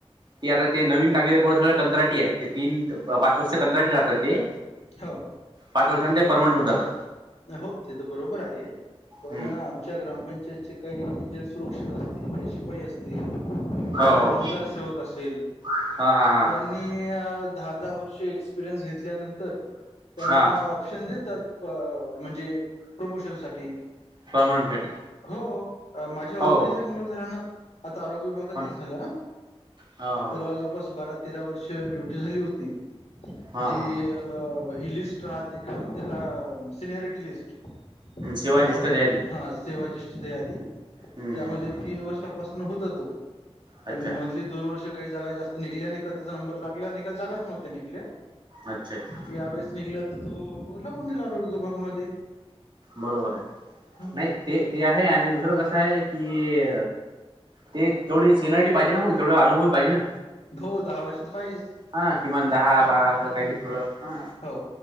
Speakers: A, on the right (about 45°); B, on the left (about 80°).
A: ते आता ते नवीन लागलेले पढ सगळ कंत्राटी आहेत ते तीन पाच वर्ष कंत्राटी राहात ते
B: हो.
A: पाच वर्षां ते परमंटन होऊन जात.
B: हो ते तर बरोबर आहे पण
A: हम्म
B: आम च्या ग्रामपंचायतचे काही जलसरक्षक असतील काही शिपाई असतील. किंवा
A: हो हो
B: रोजगार सेवक असेल.
A: हां हां हां
B: त्यानी दहा-दहा वर्षे एक्सपीरियंस घेतल्यानंतर त्यांना
A: हां
B: ऑप्शन देतात म्हणजे प्रमोशन साठी
A: परमनंटसाठी
B: हो माझ्या ओळखीचा
A: हो हो
B: एक मुल घरानआता आरोग्य विभाग
A: हो
B: झा
A: हो
B: त्याला जवळपास बारा तेरा वर्ष ड्युटी झाली होती. जी
A: हां हां
B: अ ही लिस्ट राहते काय म त्याला सिनरीट. लिस्ट
A: शिवाय
B: त्यामध्ये
A: ज्येष्ठ यादी
B: हा सेवा जस्ट. त्या आधी
A: हम्म हम्म
B: मध्ये तीन वर्षापासून होत तो
A: अच्छा
B: पण मधली. दोन वर्ष काही जागा जास्त निघल्या नाही का त्याचा नंबर लागला आणि का जागाचव्ह्या निघल्या.
A: अच्छा अच्छा
B: यावेेळेस निघल्या तर तो लागून गेला आरोग्य विभागामध्ये.
A: बरोबर आहे
B: हो
A: नाही ते ते आहे आणि दुसरं कसं आहे. की ते तेवढी सिनरिटी पाहिजे ना मग तेवढ अनुभवी पाहिजे ना.
B: हो दहा वर्ष तर पाहिजेच.
A: हा किमान दहा बारा असं काहीतरी थोडं हा
B: हो